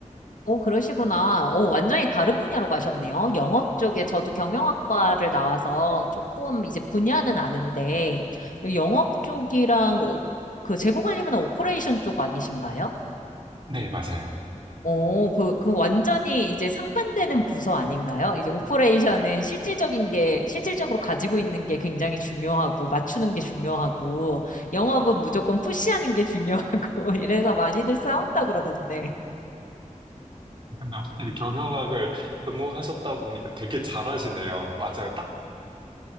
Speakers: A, on the left; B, on the right.
A: 오, 그러시구나. 오, 완전히 다른 분야로 가셨네요. 영업 쪽에 저도 경영학과를 나와서 조금 이제 분야는 아는데, 영업 쪽이랑 오- 그 재고 관리면 오퍼레이션 쪽 아니신가요?
B: 네, 맞아요.
A: 오, 그, 그 완전히 이제 상반되는 부서 아닌가요? 이제 오퍼레이션은 실질적인 게, 실질적으로 가지고 있는 게 굉장히 중요하고, 맞추는 게 중요하고, 영업은 무조건 푸시하는 게 중요하고, <laughs> 이래서 많이들 싸운다 그러던데.
B: 근데 확실히 경영학을 전공하셨다 보니까 되게 잘하시네요. 맞아요. 딱